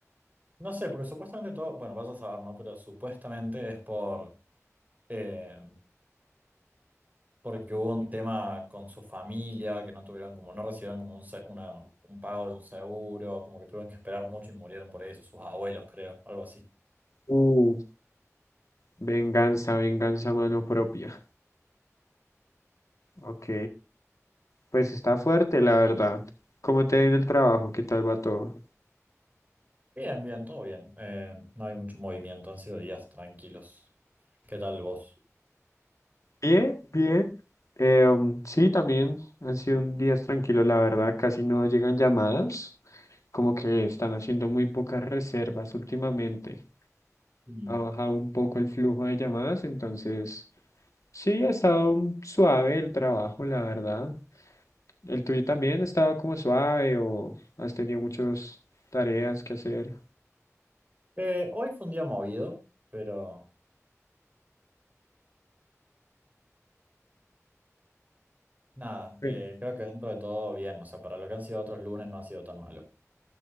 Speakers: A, on the right (about 30°); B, on the left (about 75°).
A: No sé, porque supuestamente todo, bueno, vas a saber, ¿no? Pero supuestamente es por... eh, porque hubo un tema con su familia, que no tuvieron como, no recibieron como un, se- una- un pago de un seguro, como que tuvieron que esperar mucho y murieron por eso, sus abuelos creo, algo así.
B: Uh, venganza, venganza a mano propia. Ok. Pues está fuerte, la verdad. ¿Cómo te ha ido el trabajo? ¿Qué tal va todo?
A: Bien, bien, todo bien. Eh, no hay mucho movimiento, han sido días tranquilos. ¿Qué tal vos?
B: Bien, bien. Eh, um, sí, también han sido días tranquilos, la verdad. Casi no llegan llamadas. Como que están haciendo muy pocas reservas últimamente.
A: Mm.
B: Ha bajado un poco el flujo de llamadas, entonces sí, ha estado suave el trabajo, la verdad. ¿El tuyo también estaba como suave o has tenido muchas tareas que hacer?
A: Eh, hoy fue un día movido, pero nada,
B: Bueno,
A: eh, creo que dentro de todo bien, o sea, para lo que han sido otros lunes no ha sido tan malo.